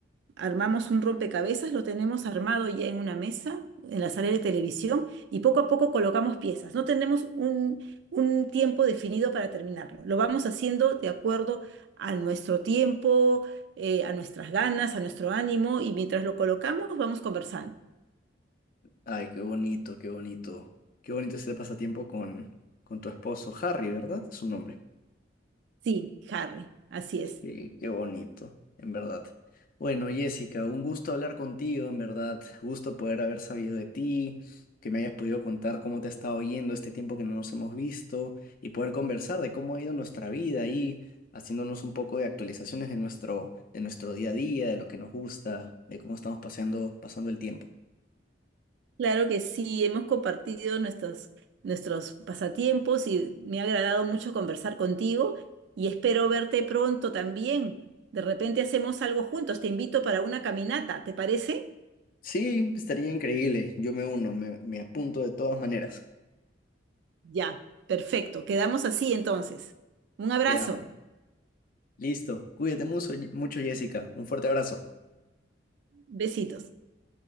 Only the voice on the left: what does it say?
Ay, qué bonito, qué bonito. Qué bonito este pasatiempo con, con tu esposo, Harry, ¿verdad? Es su nombre.
Qué, qué bonito, en verdad. Bueno, Jessica, un gusto hablar contigo, en verdad. Gusto poder haber sabido de ti, que me hayas podido contar cómo te ha estado yendo este tiempo que no nos hemos visto y poder conversar de cómo ha ido nuestra vida y haciéndonos un poco de actualizaciones de nuestro, de nuestro día a día, de lo que nos gusta, de cómo estamos paseando, pasando el tiempo.
Sí, estaría increíble. Yo me uno, me, me apunto de todas maneras.
Quedamos. Listo. Cuídate mucho, mucho, Jessica. Un fuerte abrazo.